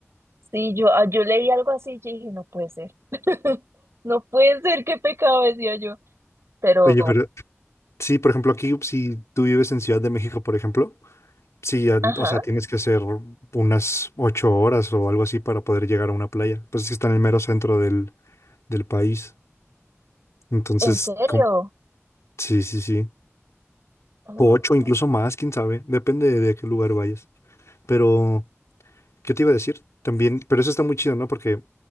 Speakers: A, on the right; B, on the left.
A: Sí, yo, ah, yo leí algo así y dije, no puede ser. <laughs> No puede ser, qué pecado, decía yo. Pero,
B: Oye, pero sí, por ejemplo, aquí si tú vives en Ciudad de México, por ejemplo, sí, an-
A: ajá,
B: o sea, tienes que hacer unas ocho horas o algo así para poder llegar a una playa. Pues es que está en el mero centro del, del país. Entonces,
A: ¿en serio?
B: com- sí, sí, sí.
A: Oh.
B: O ocho, incluso más, quién sabe. Depende de, a qué lugar vayas. Pero, ¿qué te iba a decir? También, pero eso está muy chido, ¿no? Porque